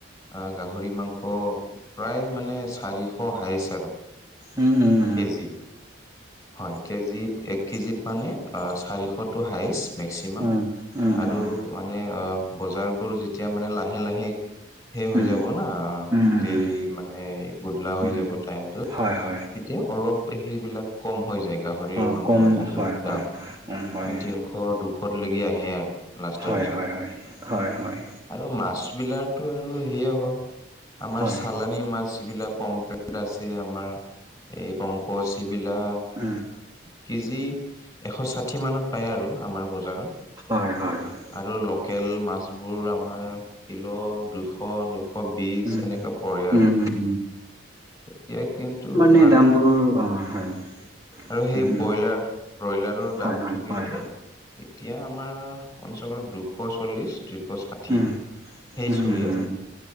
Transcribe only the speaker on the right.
উম, উম।
উম, উম,
উম,
উম,
উম, উম,
উম, উম,
উম।
হয়, হয়।
অ',
কম
হয়,
হয়, উম, হয়।
হয়,
হয়, হয়, হয়, হয়।
হয়,
উম।
হয়, হয়, হয়।
উম,
উম, উম, উম,
এনেই
দাম বোৰ, অ' হয়।
উম, উম,
হয়,
হয়,
হয়,
উম,
উম,
উম,
উম,